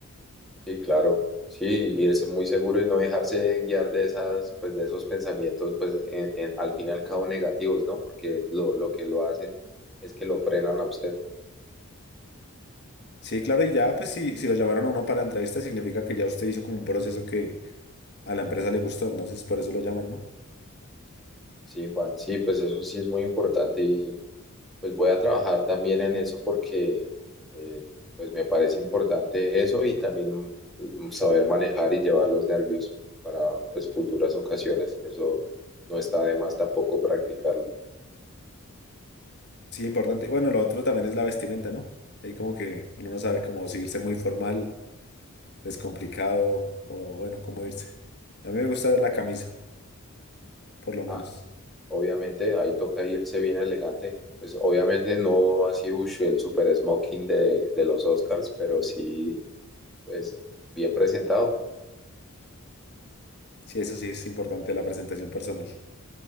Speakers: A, in the centre; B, on the left (about 50°).
A: Sí, claro. Sí, irse muy seguro y no dejarse guiar de esas, pues de esos pensamientos, pues en- en- al fin y al cabo negativos, ¿no? Porque lo, lo que lo hacen es que lo frenan a usted.
B: Sí, claro, y ya, pues si, si lo llamaron a uno para entrevista, significa que ya usted hizo como un proceso que a la empresa le gustó, entonces por eso lo llaman, ¿no?
A: Sí, Juan, sí, pues eso sí es muy importante pues voy a trabajar también en eso porque eh, pues me parece importante eso y también mm, saber manejar y llevar los nervios para pues futuras ocasiones. Eso no está de más tampoco practicarlo.
B: Sí, importante. Bueno, lo otro también es la vestimenta, ¿no? Ahí como que uno no sabe cómo si irse muy formal, descomplicado, o bueno, cómo irse. A mí me gusta la camisa, por lo menos.
A: Ah, obviamente ahí toca irse bien elegante. Pues obviamente no así ush, el super smoking de, de los Oscars, pero sí pues bien presentado.
B: Sí, eso sí es importante, la presentación personal.